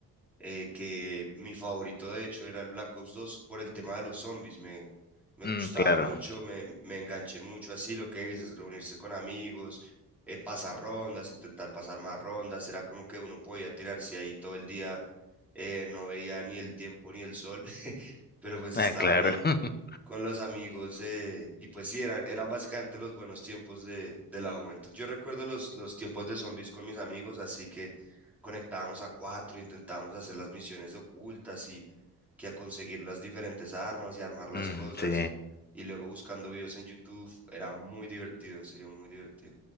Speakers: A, in the centre; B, on the left (about 25°).
A: eh, que mi favorito de hecho era el Black Ops 2 por el tema de los zombies, me, me gustaba
B: Mm, claro,
A: mucho, me, me enganché mucho, así lo que dices, reunirse con amigos, eh, pasar rondas, intentar pasar más rondas, era como que uno podía tirarse ahí todo el día, eh, no veía ni el tiempo ni el sol pero pues
B: ah,
A: estaba
B: claro.
A: ahí co-
B: <laughs>
A: con los amigos eh, y pues sí, eran, eran básicamente los buenos tiempos de, de la juventud. Yo recuerdo los, los tiempos de zombies con mis amigos, así que conectábamos a cuatro, intentábamos hacer las misiones ocultas y que a conseguir las diferentes armas y armar las
B: Mm,
A: cosas.
B: sí,
A: Y luego buscando videos en YouTube, era muy divertido, en serio, muy divertido.